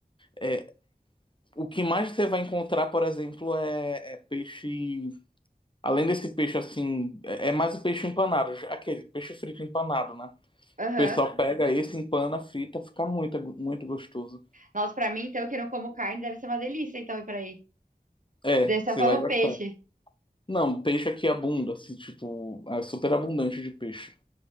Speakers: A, on the left; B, on the right.
A: é, o que mais você vai encontrar, por exemplo, é, é peixe. Além desse peixe assim, é é mais o peixe empanado, aquele peixe frito empanado, né?
B: Aham.
A: O pessoal pega esse, empana, frita, fica muito, muito gostoso.
B: Nossa, pra mim, então, que não como carne, deve ser uma delícia, então, ir pra aí.
A: É,
B: Daí eu só
A: você
B: como
A: vai gostar.
B: peixe.
A: Não, peixe aqui é abunda, assim, tipo, é super abundante de peixe.